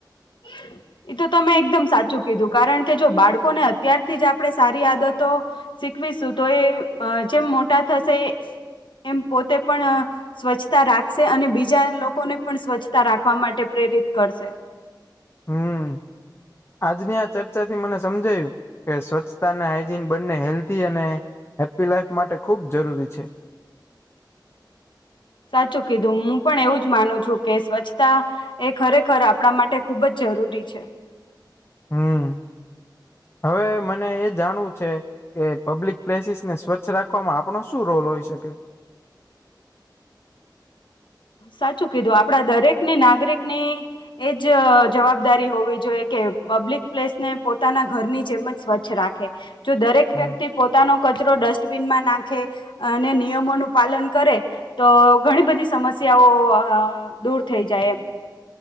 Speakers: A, on the left (about 85°); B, on the left (about 30°).
A: એ એ તો તમે એકદમ સાચું કીધું કારણ કે જો બાળકોને અત્યારથી જ આપણે સારી આદતો શીખવીશું તો એ જેમ મોટા થશે એમ પોતે પણ સ્વચ્છતા રાખશે અને બીજા લોકોને પણ સ્વચ્છતા રાખવા માટે પ્રેરિત કરશે
B: હમ્મ આજની આ ચર્ચા થી મને સમજાયું કે સ્વચ્છતા અને હાઈજીન બંને હેલ્ધી અને હેપ્પી લાઈફ માટે ખુબ જરૂરી છે.
A: સાચું કીધું હું પણ એવું જ માનું છું કે સ્વચ્છતા એ ખરેખર આપણા માટે ખુબ જ જરૂરી છે.
B: હમ્મ હવે મને એ જાણવું છે કે પબ્લિક પ્લેસીસ ને સ્વચ્છ રાખવાવામાં આપણો શું રોલ હોઈ શકે
A: સાચું કીધું આપડા દરેક ને નાગરિક ને એજ જવાબદારી હોવી જોઈએ કે પબ્લિક પ્લેસ ને પોતાના ઘરની જેમ જ સ્વચ્છ રાખે જો દરેક
B: હમ
A: વ્યક્તિ પોતાનો કચરો ડસ્ટબિનમાં નાખે અને નિયમોનું પાલન કરે તો ઘણી બધી સમસ્યાઓ અ દૂર થઈ જાય એમ